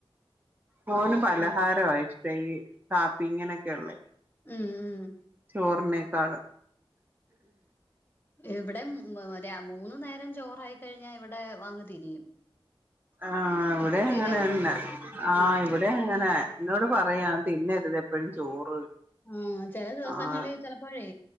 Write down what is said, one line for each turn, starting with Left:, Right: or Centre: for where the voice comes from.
Right: മോനുപലഹാരവാ
Left: ആഹ്
Right: ഇഷ്ടം, ഈ കാപ്പി ഇങ്ങനെയൊക്കെഇള്ളേ
Left: ഉം ഉം
Right: ചോറിനേക്കാളും
Left: എവിടെ മറ്റെ മൂന്നു നേരം ചോറായിക്കഴിഞ്ഞാ ഇവിടെയങ്‌ തിരിയും
Right: ആഹ് ഇവിടെയുങ്ങനെ
Left: എപ്പോഴും ഇതേ ഉള്ളൂന്ന്
Right: ന്നാ,
Left: ചോദിക്കും
Right: ആഹ്‌,
Left: ആഹ്
Right: ഇവിടെയങ്ങനെ എന്നോടുപറയാ തിന്നരു തെപ്പളും ചോറ്
Left: ഉം ചല ദിവസങ്ങളി
Right: ആഹ്
Left: ചിലപ്പോഴേ